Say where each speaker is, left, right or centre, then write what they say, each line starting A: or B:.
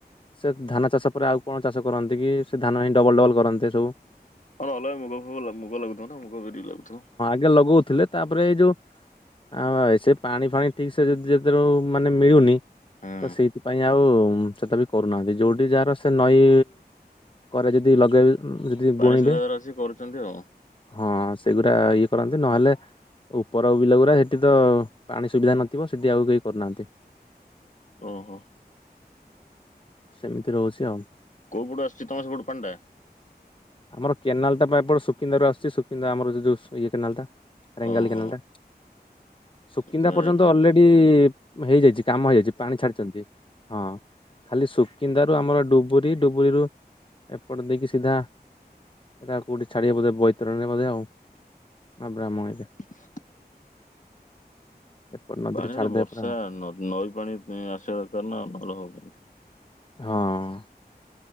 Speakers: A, on the left (about 30°); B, on the left (about 45°).
A: ସେ ଧାନ ଚାଷ ପରେ ଆଉ କଣ ଚାଷ କରନ୍ତି କି ସେ ଧାନ ହିଁ ଡବଲ ଡବଲ କରନ୍ତି ସବୁ।
B: <unintelligible>
A: ଅଲଗା ଲଗଉଥିଲେ ତାପରେ ଏଇ ଯୋଉ ଆଉ ଏ ସେ ପାଣି ଫାଣି ଠିକ ସେ ଯଦି ଯେତେବେ ମାନେ ମିଳୁନି
B: ହୁଁ
A: ତ ସେଇଥିପାଇଁ ଆଉ ସେଟ ବି କରୁନାହାନ୍ତି ଯୋଉଠି ଯାହାର ସେ ନଈ ପରେ ଯଦି ଲଗାଇବେ। ଉ ଯଦି
B: ପାଣି
A: ବୁଣିବେ
B: ସୁଧାଗର ଅଛି କରୁଛନ୍ତି ଆଉ।
A: ହଁ ସେଗୁରା ଇଏ କରନ୍ତି ନହେଲେ ଉପର ବିଲ ଗୁରା ସେଠି ତ ପାଣି ସୁବିଧା ନଥିବ? ସେଠି ଆଉ କେହି କରୁନାହାନ୍ତି।
B: ଓ ହୋ।
A: ସେମିତି ରହୁଛି ଆଉ।
B: କୋଉପଟୁ ଆସୁଛି ତମ ସେପଟୁ ପାଣିଟା?
A: ଆମର କେନାଲଟ ଟା ପା ଏପଟୁ ସୁକିନ୍ଦାରୁ ଆସୁଛି। ସୁକିନ୍ଦା ଆମର ଯୋଉ ଇଏ କେନାଲଟା ରେଙ୍ଗାଲି
B: ଓହୋ
A: କେନାଲ ଟା। ସୁକିନ୍ଦା
B: ସେକେଣ୍ଡ
A: ପର୍ଯ୍ୟନ୍ତ ଅଲରେଡି ହେଇଯାଇଛି କାମ ହେଇଯାଇଛି ପାଣି ଛାଡିଛନ୍ତି। ହଁ ଖାଲି ସୁକିନ୍ଦାରୁ ଆମର ଡୁବୁରି ଡୁବୁରିରୁ ଏପଟ ଦେଇକି ସିଧା ସେଇଟା କୋଉଠି ଛାଡିବେ ବୋଧେ ବୈତରଣୀ ବୋଧେ ଆଉ ବ୍ରାହ୍ମଣୀ ରେ।
B: <inaudible>
A: ଏପଟ ନଦୀରେ
B: ପାଣିର
A: ଛାଡିଦେବେ
B: ବର୍ଷା
A: ପୁରା ଆଉ
B: ନ ନଈ ପାଣି ଆସିବା ଦରକାର ନା ନହେଲେ ହବନି।
A: ହଁ।